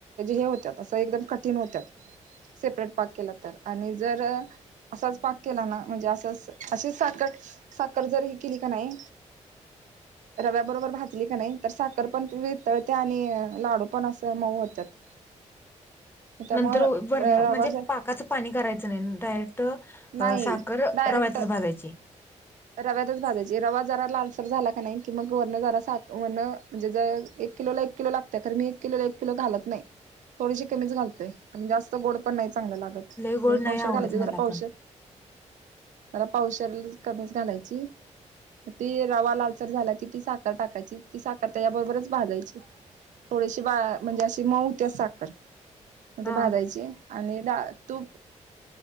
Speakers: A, on the right (about 75°); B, on the left (about 15°).
A: होत असं एकदम कठीण होत सेपरेट पाक केला तर आणि जर असाच पाक केला ना म्हणजे अस अस सा साखर जर ही केली का नाही
B: <unintelligible>
A: रव्या बरोबर भातली का नाही तर साखर पण व तळते आणि लाडू पण असं मऊ होतात
B: <unintelligible>
A: त्यामुळे
B: नंतरर म्हणजे
A: रवा ज
B: पाकाच पाणी करायचं नाही डायरेक्ट
A: नाही
B: साखर
A: डायरेक्ट
B: त भाघायचे
A: रव्यातच भाजायची रवा जरा लालसर झाला का नाही कि मग वरण जरा सा वण म्हणजे ज एकिोला एक किलो लागतय कारण मी एक किलो एक किलो घालत नाही थोडीशी कमीच घालतेण जास्त गोड पण नाही चांगलं लागत
B: लय गोड
A: पन
B: नाही
A: पावशर
B: आवडत
A: घालायते जरा
B: मला
A: पावशर
B: पण
A: जरा पावशर कमीच घालायची ती रवा लालसर झाला कि ती साखर टाकायची ती साखर त्याच्या बरोबरच भाजायच थोडेशी बा म्हणजे अशी मऊ त्या साखर
B: हा
A: ते भाजायची आणि द तू